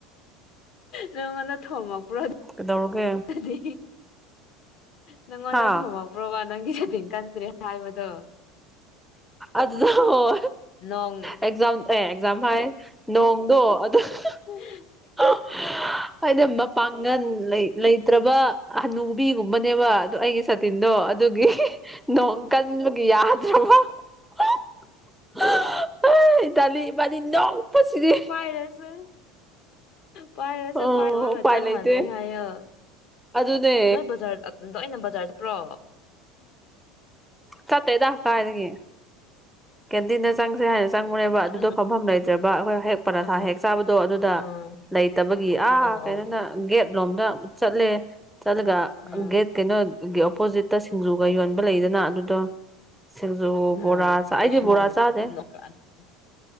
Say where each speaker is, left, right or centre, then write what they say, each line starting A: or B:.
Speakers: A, on the left; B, in the centre.
A: ꯅꯪ ꯉꯣꯟꯗ ꯊꯣꯝ ꯃꯛꯄ꯭ꯔꯣ
B: ꯀꯩꯗꯧꯔꯒꯦ
A: ꯑꯗꯒꯤ ꯅꯪꯉꯣꯟꯗ
B: ꯍꯥ
A: ꯊꯣꯝꯃꯛ ꯕ꯭ꯔꯣꯕ ꯅꯪꯒꯤ ꯁꯇꯤꯟ ꯀꯟꯗ꯭ꯔꯦ ꯍꯥꯏꯕꯗꯣ
B: ꯑꯗꯨꯗ <unintelligible>
A: ꯅꯣꯡ
B: ꯑꯦꯛꯖꯥꯝ ꯑꯦꯛ ꯖꯥꯝ ꯍꯥꯏ ꯅꯣꯡꯗꯣ ꯑꯗꯨ <unintelligible>
A: <unintelligible>
B: <unintelligible> ꯑꯩꯅ ꯃꯄꯥꯡꯒꯟ ꯂꯩ ꯂꯩꯇ꯭ꯔꯕ ꯍꯅꯨ ꯕꯤꯒꯨꯝꯕꯅꯦꯕ ꯑꯗꯨ ꯑꯩꯒꯤ ꯁꯥꯇꯤꯟꯗꯣ ꯑꯗꯨꯒꯤ ꯅꯣꯡ ꯀꯟꯕꯒꯤ ꯌꯥ <unintelligible> ꯏꯇꯥꯂꯤ ꯏꯕꯥꯅꯤ ꯅꯣꯛꯄꯁꯤꯗꯤ
A: ꯄꯥꯏꯔꯁꯨ ꯄꯥꯏꯔꯁꯨ
B: ꯑꯣ
A: ꯄꯥꯏꯗꯕꯒ
B: ꯎꯄꯥꯏ
A: ꯆꯞ
B: ꯂꯩꯇꯦ
A: ꯃꯥꯟꯅꯩ ꯍꯥꯏꯌꯣ
B: ꯑꯗꯨꯅꯦ
A: ꯅꯣꯏ ꯕꯖꯥꯔ ꯑꯕ ꯂꯣꯏꯅ ꯕꯖꯥꯔ ꯆꯠꯄ꯭ꯔꯣ
B: ꯆꯠꯇꯦꯗ ꯀꯥꯏꯗꯒꯤ ꯀꯦꯟꯇꯤꯟꯗ ꯆꯪꯁꯦ ꯍꯥꯏꯅ ꯆꯪꯉꯨꯔꯦꯕ
A: ꯑꯗꯨ
B: ꯑꯗꯨꯗꯣ ꯐꯝꯐꯝ ꯂꯩꯇ꯭ꯔꯕ ꯑꯈꯣꯏ ꯍꯦꯛ ꯄꯔꯊꯥ
A: ꯎꯝ
B: ꯍꯦꯛ ꯆꯥꯕꯗꯣ ꯑꯗꯨꯗ
A: ꯎꯝ
B: ꯂꯩꯇꯕꯒꯤ
A: ꯑꯣ
B: ꯑꯥ
A: ꯑꯣ
B: ꯀꯩꯅꯣꯗ
A: ꯑꯣ
B: ꯒꯦꯠꯂꯣꯝꯗ ꯆꯠꯂꯦ ꯆꯠꯂꯒ
A: ꯎꯝ
B: ꯒꯦꯠ ꯀꯩꯅꯣꯒꯤ ꯑꯣꯄꯣꯖꯤꯠꯇ ꯁꯤꯡꯖꯨꯒ ꯌꯣꯟꯕ ꯂꯩꯗꯅ ꯑꯗꯨꯗꯣ ꯁꯤꯡꯖꯨ
A: ꯎꯝ
B: ꯕꯣꯔꯥ ꯑꯩꯗꯤ
A: ꯏꯁ
B: ꯕꯣꯔꯥ
A: ꯅꯪ
B: ꯆꯥꯗꯦ
A: <unintelligible>